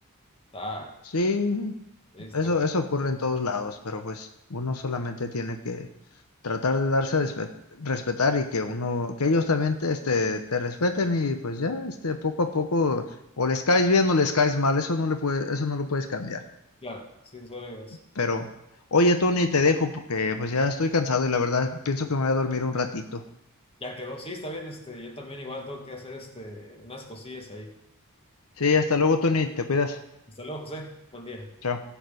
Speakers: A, on the left; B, on the left.
A: está,
B: Sí,
A: está,
B: Eso, eso ocurre en todos lados, pero pues uno solamente tiene que tratar de darse a despe- respetar y que uno, que ellos también te, este, te respeten y pues ya, este, poco a poco, o les caes bien o les caes mal, eso no le puede, eso no lo puedes cambiar.
A: claro, sí, eso es.
B: Pero, oye, Tony, te dejo porque pues ya estoy cansado y la verdad pienso que me voy a dormir un ratito.
A: Ya quedó, sí, está bien, este, yo también igual tengo que hacer este, unas cosillas ahí.
B: Sí, hasta luego, Tony, te cuidas.
A: Hasta luego, José, buen día.
B: Chao.